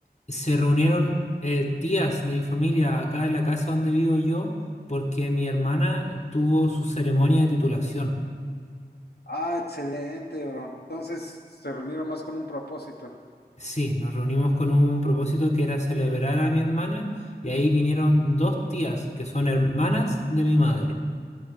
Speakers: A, on the left; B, on the left.
A: se reunieron eh, tías de mi familia acá en la casa donde vivo yo, porque mi hermana tuvo su ceremonia de titulación.
B: Ah, excelente, bro. Entonces se reunieron más con un propósito.
A: Sí, nos reunimos con un propósito que era celebrar a mi hermana y ahí vinieron dos tías que son hermanas de mi madre.